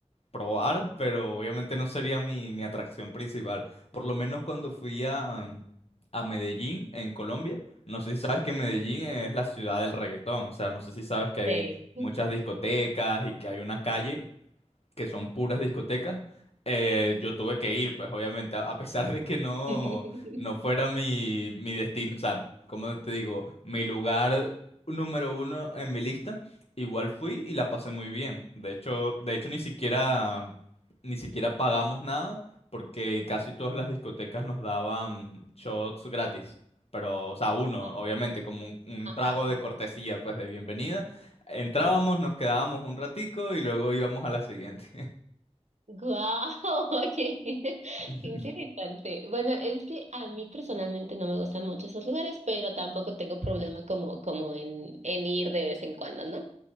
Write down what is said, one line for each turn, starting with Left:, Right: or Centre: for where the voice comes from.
Left: probar, pero obviamente no sería mi, mi atracción principal. Por lo menos cuando fui a, a Medellín, en Colombia, no sé si sabes que Medellín es la ciudad del reggaetón, o sea, no sé si sabes que hay
Right: Sí.
Left: muchas discotecas y que hay una calle que son puras discotecas, eh, yo tuve que ir, pues obviamente, a, a pesar de que no,
Right: <laughs>
Left: no fuera mi, mi destino, o sea, como te digo, mi lugar número uno en mi lista, igual fui y la pasé muy bien. De hecho, de hecho ni siquiera, ni siquiera pagamos nada, porque casi todas las discotecas nos daban shots gratis. Pero, o sea, uno,
Right: Ah,
Left: obviamente, como un, un trago
Right: ajá.
Left: de cortesía, pues de bienvenida Entrábamos, nos quedábamos un ratico y luego íbamos a la siguiente.
Right: Guau, <laughs> oye <laughs>
Left: <laughs>
Right: qué interesante. Bueno, es que a mí personalmente no me gustan mucho esos lugares, pero tampoco tengo problema como, como en, en ir de vez en cuando, ¿no?